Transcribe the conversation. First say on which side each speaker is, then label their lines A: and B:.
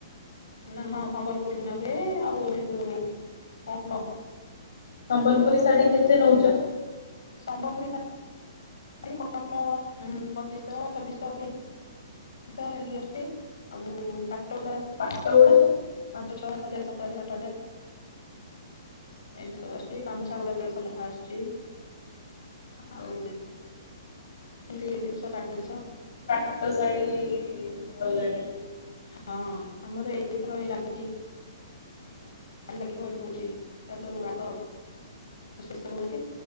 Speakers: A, on the left; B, on the left.
A: ନା ହଁ ସମ୍ବଲପୁରୀ ବୁଣା ହୁଏ ଆଉ ଏଇ ଯୋଉ ପଣ୍ଡ
B: ସମ୍ବଲପୁରୀ ଶାଢ଼ୀ କେତେ ନଉଛ?
A: ସମ୍ବଲପୁରୀ ଶାଢୀ ଏଇ କଟନ ର ପଚିଶହ ଛବିଶହ ଅଠେଇଶ ଏଷ ଏମିତି ଅଛି ଆଉ ପାଟ ଗଳା
B: ପାଟଗୁଡ଼ା।
A: ପାଞ୍ଚ ଛଅ ହଜାର ସାତ ହଜାର ଆଠ ହଜାର ଏମିତି ସବୁ ଆଶୁଛି ଗାମୁଛା ଗୁଡା ଦେଡସ ଲେଖା ଆଶୁଛି। ଆଉ ମିତି ତିନିସ ସାଡେ ତିନିସ
B: ପାଟ ଶାଢ଼ୀ ଭଲ ଲାଗେ।
A: ହଁ ଆମର ଏଇଥର ହେଇ ଲାଗୁଛି। ଭଲ ଲାଗିବ ଏବେ ହଉଛି ତା ମୁଁ ଆଗ ପ୍ରସେସ ସବୁହଉଛି